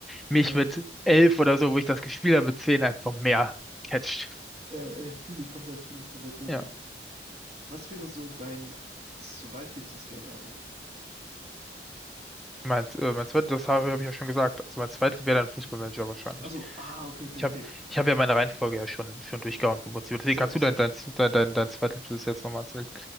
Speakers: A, in the centre; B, on the right.
A: mich
B: genau.
A: mit elf oder so, wo ich das gespielt habe, mit zehn einfach mehr catcht.
B: Ja, ey, fühle ich komplett, fühle ich komplett, wirklich.
A: Ja.
B: Was wäre so dein zweitliebstes Game ever?
A: Mein, äh, mein zweites, das habe, habe ich ja schon gesagt. Also mein zweites wäre dann Fußballmanager wahrscheinlich.
B: Also, ah, okay, okay,
A: Ich
B: okay.
A: habe ich hab ja meine Reihenfolge ja schon, schon durchgehauen vom Prinzip. Deswegen
B: Safe,
A: kannst du
B: safe.
A: dein, dein, dein, dein, dein zweites jetzt nochmal erzählen.